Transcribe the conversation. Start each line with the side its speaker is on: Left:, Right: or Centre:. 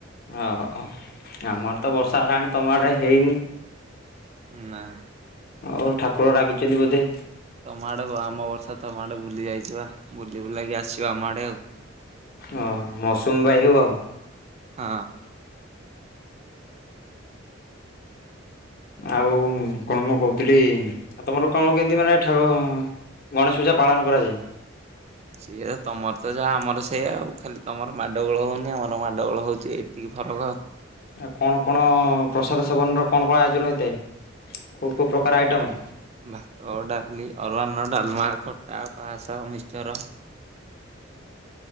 Left: ଓହୋ ଆମର ତ ବର୍ଷା ହେଲାଣି ତୋମ ଆଡେ ହେଇନି।
Right: ନା।
Left: ଓ ଠାକୁର ରାଗିଚନ୍ତି ବୋଧେ।
Right: ତୋମ ଆଡେ ବ-ଆମ ବର୍ଷ ତୋମ ଆଡେ ବୁଲି ଯାଇଚି ବା ବୁଲି ବୁଲାକି ଆସିବା ଆମ ଆଡେ ଆଉ।
Left: ଓ ମୌସୁମି ବାୟୁ ଆଉ।
Right: ହଁ।
Left: ଆଉ କଣ ମୁଁ କହୁଥିଲି ଆଉ ତୋମର କଣ କେମିତି ମାନେ ଠାକ ଗଣେଶ ପୂଜା ପାଳନ କରାଯାଏ?
Right: ସେୟା ତୋମର ତ ଯାହା ଆମର ସେ ସେୟା ଆଉ ଖାଲି ତୋମର ମାଡ ଗୋଳ ହଉନି ଆମର ମାଡ ଗୋଳ ହଉଚି ଏତିକି ଫରକ ଆଉ।
Left: ଆଉ କଣ କଣ ପ୍ରସାଦ ସେବନର କଣ କଣ ଆୟୋଜନ ହେଇଥାଏ? କୋଉ କୋଉ ପ୍ରକାର ଆଇଟମ୍?
Right: ଭାତ, ଡାଲି, ଅରୁଆ ଅର୍ଣ୍ଣ, ଡାଲମା, ଖଟା, ପାସ, ମିିସ୍ଚର।